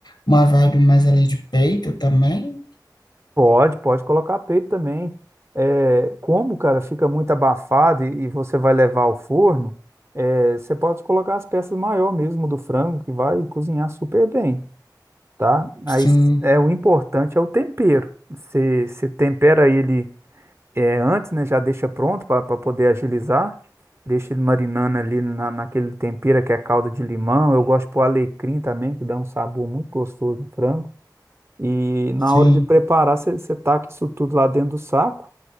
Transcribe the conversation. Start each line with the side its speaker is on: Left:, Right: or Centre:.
Left: uma vibe mais ali de peito também.
Right: Pode, pode colocar peito também. É, como, cara, fica muito abafado e, e você vai levar ao forno, é, você pode colocar as peças maior mesmo do frango, que vai cozinhar super bem, tá?
Left: Sim,
Right: Aí s- é, o importante é o tempero. Você, você tempera ele é, antes, né? Já deixa pronto para poder agilizar. Deixa ele marinando ali na, naquele tempero que é calda de limão. Eu gosto de pôr alecrim também, que dá um sabor muito gostoso no frango. E na
Left: sim.
Right: hora de preparar, você, você taca isso tudo lá dentro do saco,